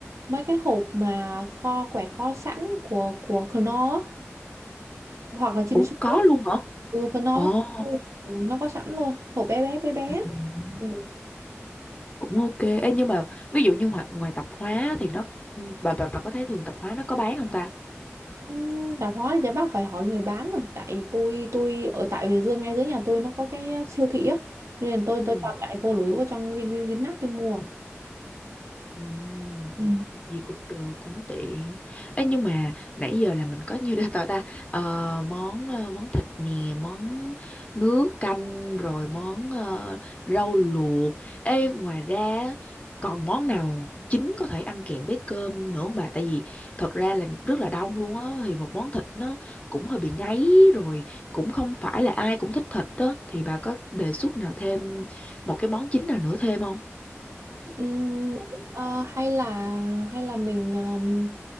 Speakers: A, on the right; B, on the left.
A: mấy cái hộp mà kho quẹt kho sẵn của của Knorr á, hoặc là Chin
B: Ủa
A: Su
B: có
A: á.
B: luôn hả?
A: ừ, Knorr
B: Ồ.
A: với Chin Su, ừ, nó có sẵn luôn hộp bé bé bé bé
B: Ừ.
A: Ừ.
B: Cũng ok. Ê, nhưng mà ví dụ như ngoài, ngoài tạp hóa thì nó ừ, bà bà bà có thấy thường tạp hóa nó có bán không ta?
A: Ừm, tạp hóa thì chắc bác phải hỏi người bán rồi tại tôi tôi ở tại Bình Dương ngay dưới nhà tôi nó có cái siêu thị á nên tôi
B: Ừ.
A: tôi toàn chạy vô lúi vào trong Vin Vin Vinmart tôi mua
B: Ừm,
A: Ừ.
B: Gì cũng được cũng tiện Ê, nhưng mà nãy giờ là mình có nhiêu để tao <laughs> ta Ờ, món ờ, món thịt nè món nước canh rồi món ờ, rau luộc Ê, ngoài ra còn món nào chính có thể ăn kèm với cơm nữa không bà tại vì thật ra là rất là đông luôn á thì một món thịt nó cũng hơi bị ngấy rồi cũng không phải là ai cũng thích thịt đó thì bà có đề xuất nào thêm một cái món chính nào nữa thêm không
A: Ừm, ờ, hay là hay là mình ờm,